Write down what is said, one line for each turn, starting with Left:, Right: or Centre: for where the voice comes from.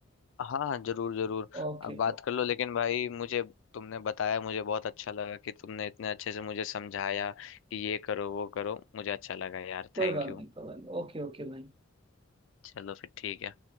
Left: हाँ हाँ जरूर जरूर
Right: ओके
Left: अब बात कर लो लेकिन भाई मुझे तुमने बताया मुझे बहुत अच्छा लगा कि तुमने इतने अच्छे से मुझे समझाया कि ये करो वो करो मुझे अच्छा लगा यार
Right: कोई
Left: Thank
Right: बात
Left: you
Right: नहीं कोई बात नहीं ओके ओके भाई
Left: चलो फिर ठीक है